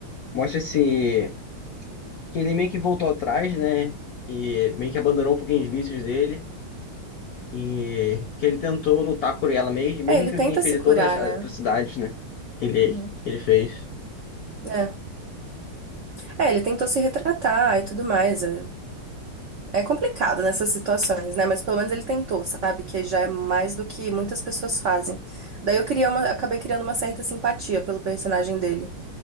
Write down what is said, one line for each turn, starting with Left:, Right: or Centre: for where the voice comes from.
Left: mostra esse. Que ele meio que voltou atrás, né? E meio que abandonou um pouquinho os vícios dele. E que ele tentou lutar por ela mesmo, mesmo
Right: É, ele
Left: que
Right: tenta
Left: ele tenha feito
Right: se curar,
Left: todas as
Right: né?
Left: atrocidades, né? Que ele,
Right: Uhum.
Left: que ele fez.
Right: É. É, ele tentou se retratar e tudo mais. é. É complicado nessas situações, né? Mas pelo menos ele tentou, sabe? Que já é mais do que muitas pessoas fazem. Daí eu criei uma, eu acabei criando uma certa simpatia pelo personagem dele.